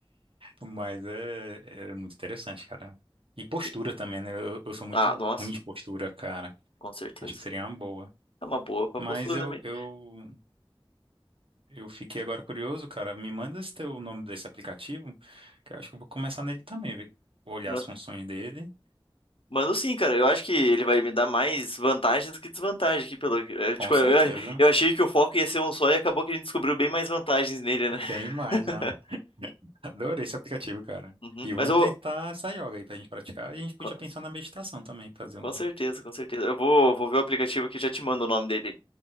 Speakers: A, on the right; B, on the left.
A: Mas é, é muito interessante, cara. E postura
B: E-
A: também, né? Eu, eu sou muito
B: Ah, nossa,
A: ruim de postura, cara.
B: com certeza.
A: Acho que seria uma boa.
B: É uma boa pra
A: Mas
B: postura
A: eu,
B: também.
A: eu, eu fiquei agora curioso, cara. Me manda esse teu nome desse aplicativo, que eu acho que eu vou começar nele também, ver, olhar
B: Man-
A: as funções dele.
B: Mando, sim, cara. Eu acho que ele vai me dar mais vantagem do que desvantagem aqui pelo. é, tipo,
A: Com
B: eu,
A: certeza.
B: eu achei que o foco ia ser um só e acabou que a gente descobriu bem mais vantagens nele, né?
A: Bem mais,
B: <laughs>
A: né? Adorei esse aplicativo, cara.
B: Uhum.
A: E vamos
B: Mas eu vou.
A: tentar essa yoga aí pra gente praticar. E a gente podia
B: Com
A: pensar na meditação também, fazer um
B: com certeza, com certeza. Eu vou, vou ver o aplicativo aqui e já te mando o nome dele.